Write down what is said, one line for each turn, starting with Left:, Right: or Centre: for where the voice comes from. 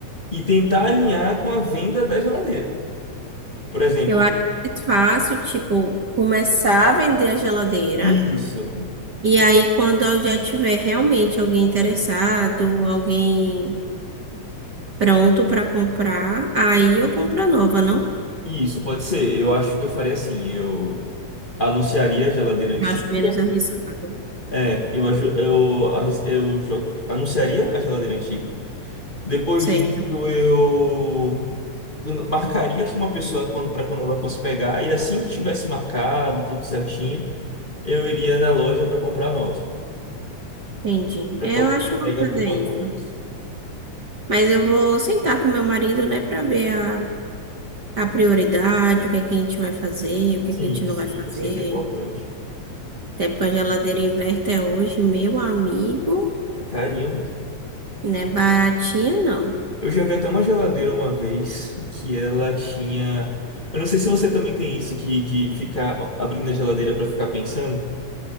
Left: e tentar alinhar com a venda da geladeira. Por exemplo,
Right: Eu acho mais fácil, tipo, começar a vender a geladeira
Left: isso,
Right: e aí quando eu já tiver realmente alguém interessado, alguém pronto para comprar, aí eu compro a nova, não?
Left: isso pode ser. Eu acho que eu faria assim, eu anunciaria a geladeira antiga.
Right: Acho menos arriscado.
Left: É, eu aju- eu arris- eu jogo- anunciaria a geladeira antiga. Depois
Right: Certo,
Left: disso, eu marcaria com uma pessoa para quando ela fosse pegar e assim que tivesse marcado tudo certinho, eu iria na loja para comprar nova,
Right: entendi.
Left: para
Right: É,
Left: colocar
Right: Eu acho
Left: a
Right: que
Left: entrega
Right: eu vou fazer
Left: para o quanto
Right: isso.
Left: antes.
Right: Mas eu vou sentar com meu marido, né, para ver a, a prioridade, o que é que a gente vai fazer, o que
Left: Sim,
Right: é que a gente não
Left: sim,
Right: vai fazer.
Left: é sempre importante.
Right: Até porque a geladeira inverter hoje, meu amigo,
Left: É carinho mesmo.
Right: não é baratinha, não.
Left: Eu já vi até uma geladeira uma vez que ela tinha. Eu não sei se você também tem isso que de ficar abrindo a geladeira para ficar pensando.